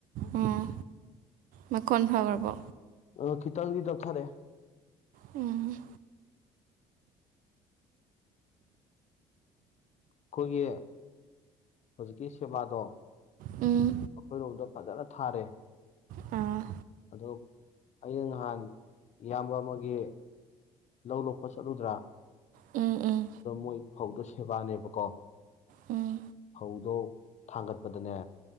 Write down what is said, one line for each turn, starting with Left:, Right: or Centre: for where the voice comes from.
Right: ꯎꯝ ꯃꯈꯣꯟ ꯐꯈ꯭ꯔꯕꯣ
Left: ꯎꯝ ꯈꯤꯇꯪꯗꯤ ꯇꯞꯊꯔꯦ
Right: ꯎꯝ
Left: ꯑꯩꯈꯣꯏꯒꯤ ꯍꯧꯖꯤꯛꯀꯤ ꯁꯦꯕꯥꯗꯣ
Right: ꯎꯝ
Left: ꯑꯩꯈꯣꯏꯔꯣꯝꯗ ꯐꯖꯅ ꯊꯥꯔꯦ
Right: ꯑꯥ
Left: ꯑꯗꯨ ꯑꯩꯅ ꯅꯍꯥꯟ ꯏꯌꯥꯝꯕ ꯑꯃꯒꯤ ꯂꯧ ꯂꯣꯛꯄ ꯆꯠꯂꯨꯗ꯭ꯔꯥ
Right: ꯎꯝ ꯎꯝ
Left: ꯑꯗꯣ ꯃꯣꯏ ꯐꯧꯗ ꯁꯦꯕꯥꯅꯦꯕꯀꯣ
Right: ꯎꯝ
Left: ꯐꯧꯗꯣ ꯊꯥꯡꯒꯠꯄꯗꯅꯦ